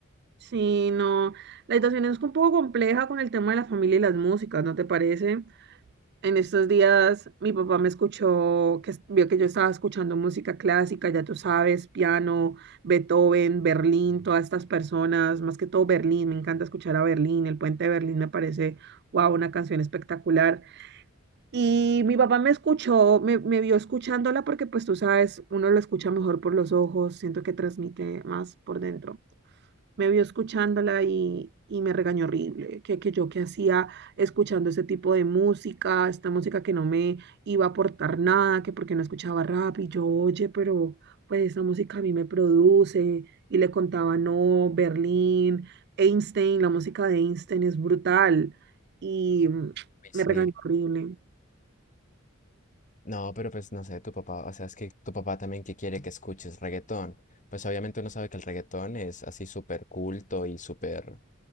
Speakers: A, on the right; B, on the left.
A: Sí, no. La situación es un poco compleja con el tema de la familia y las músicas, ¿no te parece? En estos días mi papá me escuchó, que es- vio que yo estaba escuchando música clásica, ya tú sabes, piano, Beethoven, Berlín, todas estas personas, más que todo Berlín, me encanta escuchar a Berlín, el puente de Berlín me parece, wow, una canción espectacular. Y mi papá me escuchó, me, me vio escuchándola porque pues tú sabes, uno lo escucha mejor por los ojos, siento que transmite más por dentro me vio escuchándola y, y me regañó horrible, que, que yo qué hacía escuchando ese tipo de música, esta música que no me iba a aportar nada, que porque no escuchaba rap y yo, oye, pero pues esa música a mí me produce y le contaba, no, Berlín, Einstein, la música de Einstein es brutal y mm,
B: Uy, Sí.
A: me regañó horrible,
B: No, pero pues no sé, tu papá, o sea, es que tu papá también que quiere que escuches reggaetón. Pues obviamente uno sabe que el reggaetón es así súper culto y súper,